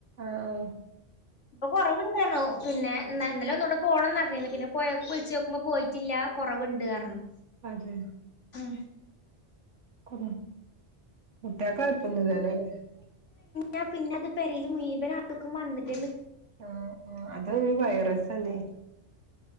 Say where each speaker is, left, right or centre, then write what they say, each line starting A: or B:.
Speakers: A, on the right (about 80°); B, on the left (about 80°).
A: ആഹ്
B: ഇപ്പൊ കൊറവുണ്ടാണോ പിന്നൊ എന്നാലും ഒന്നുകൂടെ പോണംന്ന് പറഞ്ഞിന്ന് പിന്നെ പോ വിളിച്ചു നോക്കുമ്പോ പോയിട്ടില്ല കുറവുണ്ട് കാരണം
A: അതെ
B: ആഹ്
A: കൊ കുട്ട്യാക്കൊഴപ്പൊന്നില്ലല്ലല്ല
B: ഞാൻ പിന്നെ അത് പെരേല് മുഴവന് ആൾക്കും വന്നിട്ട്
A: ആ ആ അത് വൈറസ് അല്ലേ